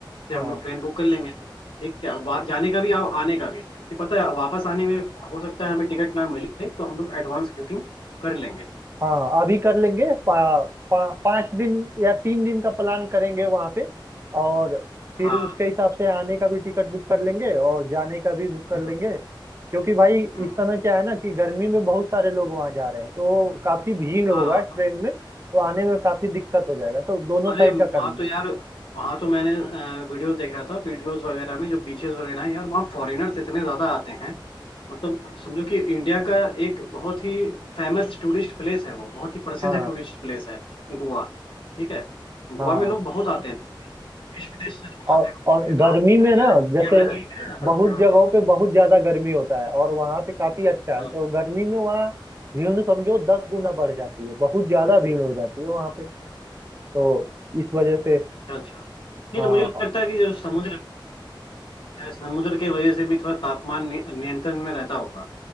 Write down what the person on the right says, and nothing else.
हाँ
हाँ अभी कर लेंगे पा, पा, पाँच दिन या तीन दिन का प्लान करेंगे वहाँ पे और फिर
उसके हिसाब से आने का भी टिकट बुक कर लेंगे और जाने का भी बुक कर
लेंगे क्योंकि भाई
इस समय क्या है ना कि गर्मी में बहुत सारे लोग वहाँ जा रहे हैं तो काफी भीड़ होगा
ट्रेन
में तो आने में काफी दिक्कत हो जाएगा तो दोनों
साइड
का कर लेंगे
हाँ
हाँ
और
और
गर्मी
में ना जैसे
बहुत
जगहों
पे बहुत ज्यादा गर्मी होता है और वहां पे काफी अच्छा
है तो गर्मी में वहाँ भीड़ समझो दस गुना बढ़ जाती है बहुत ज्यादा भीड़ हो जाती है वहां पे तो इस वजह से
हाँ